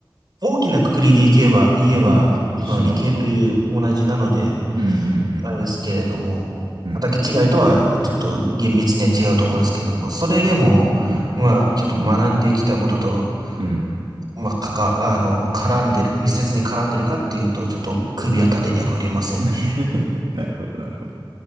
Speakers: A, on the right; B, on the right.
A: 大きな括りで言えば、言えば、
B: うん、一緒なのかな。
A: その理系という同じなので、
B: うんうん
A: あれですけれども、
B: うんうんうん。
A: 畑違いとはちょっと厳密には違うと思いますけれども、それでも、
B: うん。
A: まあ、ちょっと学んできたことと、
B: うん。
A: まあ、かか、あの、絡んでる、密接に絡んでるかっていうと、ちょっと首は縦には触れませんね。
B: <laughs> なるほど、なるほど。